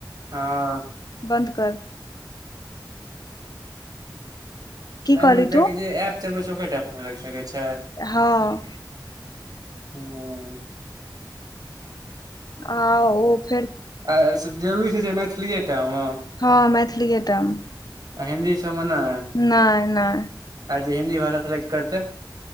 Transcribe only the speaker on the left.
बन्द कर की
कहली
तू
हऽ
आ ओ फेर
हँ मैथिलिए टा मऽ
नै नै